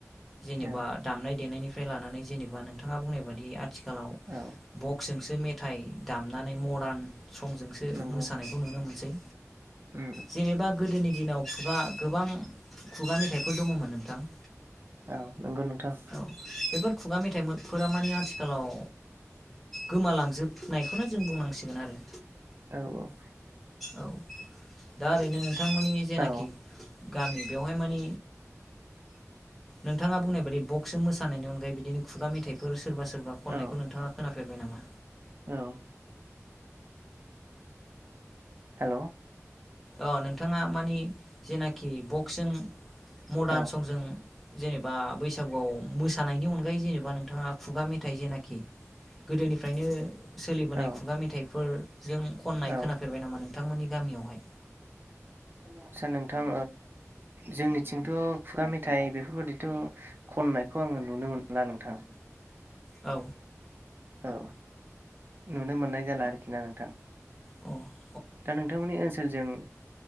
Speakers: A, in the centre; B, on the right.
A: जेनेबा
B: औ
A: दामनाय देनायनिफ्राय लानानै जेनेबा नोंथाङा बुंनाय बादि आथिखालाव
B: औ
A: बक्सजोंसो मेथाइ दामनानै मदारन संजोंसो
B: नंगौ
A: मोसानायखौ नुनो मोनसै।
B: उम
A: जेनेबा गोदोनि दिनाव खुगा गोबां खुगा मेथाइफोर दङमोन नोंथां?
B: औ नंगौ नोंथां।
A: औ बेफोर खुगा मेथाइफोरा मानि आथिखालाव गोमालांजोबनायखौनो जों बुंनांसिगोन आरो।
B: औ औ।
A: औ दा ओरैनो नोंथांमोननि जेनाखि
B: औ
A: गामि बेवहाय मानि नोंथाङा बुंनाय बेदि बक्सजों मोसानायनि अनगायै बिदिनो खुगा मेथाइफोर सोरबा सोरबा खननायखौ
B: औ
A: नोंथाङा खोनाफेरबाय नामा?
B: औ हेलौ
A: अ नोंथाङा मानि जेनाखि बक्सजों मडार्न
B: औ
A: संजों जेनेबा बैसागुआव मोसानायनि अनगायै जेनेबा नोंथाङा खुगा मेथाइ जेनाखि गोदोनिफ्रायनो सोलिबोनाय
B: औ
A: खुगा मेथाइफोर जों खननाय
B: औ
A: खोनाफेरबाय नामा नोंथांमोननि गामियावहाय
B: आदचा नोंथां जोंनिथिंथ' खुगा मेथाइ बेफोरबादिथ' खननायखौ आङो नुनो मोनला नोंथां
A: औ
B: औ नुनो मोननाय जाला आरोखि ना नोंथां
A: औ
B: दा नोंथांमोननि ओनसोलजों